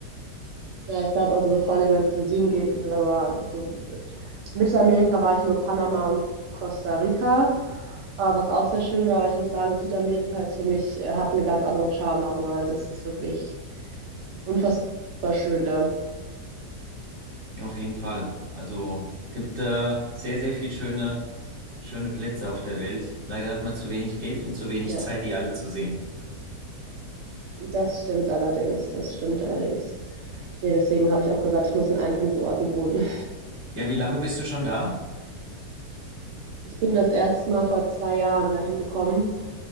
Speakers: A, on the right (about 65°); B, on the right (about 45°).
A: Ja, ich glaube, also so vor allem, wenn es in den Süden geht, wird aber so äh, Mittelamerika war ich nur Panama und Costa Rica, äh, was auch sehr schön war, aber ich muss sagen, Südamerika ist für mich, äh, hat einen ganz anderen Charme nochmal. Also es ist wirklich unfassbar schön da.
B: Auf jeden Fall. Also gibt äh, sehr, sehr viel schöne, schöne Plätze auf der Welt. Leider hat man zu wenig Geld und zu wenig
A: Ja,
B: Zeit, die alle zu sehen.
A: das stimmt allerdings, das stimmt allerdings. Nee, deswegen habe ich auch gesagt, ich muss in einem von diesen Orten wohnen.
B: Ja, wie lange bist du schon da?
A: Ich bin das erste Mal vor zwei Jahren dahin gekommen